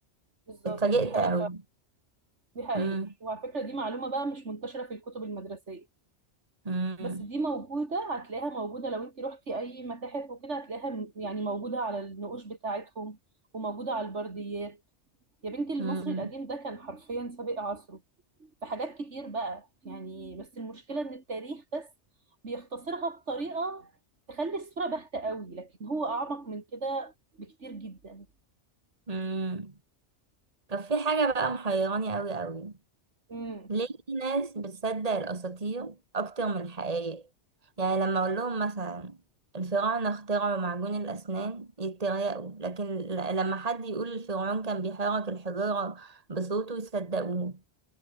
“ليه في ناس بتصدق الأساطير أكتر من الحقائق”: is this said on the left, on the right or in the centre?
Right